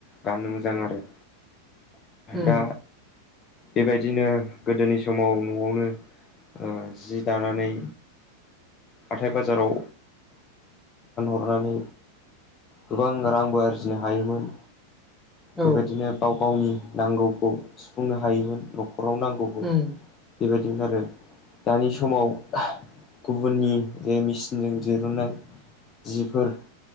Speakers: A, on the left (about 30°); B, in the centre.
A: गाननो मोजां आरो
B: उम
A: दा बेबायदिनो गोदोनि समाव न'आवनो ओ जि दानानै हाथाय बाजाराव दानानै गोबां रांबो आरजिनो हायोमोन
B: औ
A: बेबायदिनो गाव गावनि नांगौखौ सुफुंनो हायोमोन न'खराव नांगौखौ
B: उम
A: बेबायदिमोन आरो दानि समाव गुबुननि जे मेचिनजों दिरुननाय जिफोर